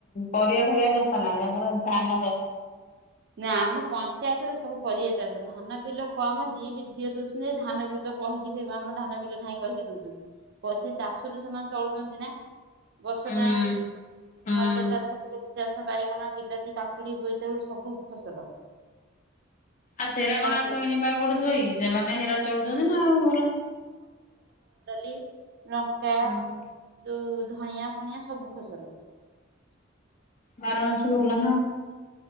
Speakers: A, on the left; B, on the right.
A: ପରିବା ଫରିବା ଚାଷ ନାହିଁ ତାଙ୍କର ଧାନ ଚାଷ।
B: ନା ଆମ ପଞ୍ଚାୟତ ସବୁ ପରିବା ଚାଷ ଧାନ ବିଲ କମ ଯିଏ ବି ଝିଅ ଦଉଛନ୍ତି ଧାନ ବିଲ କହିକି ସେ ଧାନ ବିଲ ନାହିଁ କହିକି ଦଉଛନ୍ତି କ ସେ ଚାଷରୁ ସେମାନେ ଚଳୁଛନ୍ତି ନା। ବର୍ଷ
A: ହୁଁ
B: ଟାଙ୍କେ
A: ହୁଁ
B: ନଳିତା ଚାଷ ବିଲାତି ଚାଷ ବାଇଗଣ ବିଲାତି କାକୁ କାକୁଡ଼ି ବୋଇତାଳୁ ସବୁ ଫସଲ।
A: ଆଉ ସେରା
B: ମସୁର
A: କଣ ଆଉ <unintelligible> କି ସେମାନେ ହେରା ଚଳୁଛନ୍ତି ନା ଆଉ ଭଲ
B: ଲି ଲଙ୍କା
A: ହୁଁ।
B: ଯୋଉଁ ଧଣିଆ ଫଣିଆ ସବୁ ଫସଲ
A: ବାର ମାସି ଭଲ ନା